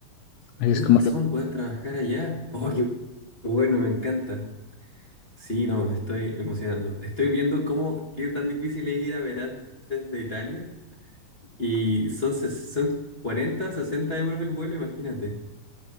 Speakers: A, on the left (about 80°); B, on the left (about 30°).
A: Así
B: Tienes
A: es como
B: razón,
A: yo.
B: puedes trabajar allá. Oh, qué bueno, me encanta. Sí, no, me estoy emocionando. Estoy viendo cómo, qué tan difícil es ir a Verán desde Italia. Y son, ses- son 40, 60 euros el vuelo, imagínate.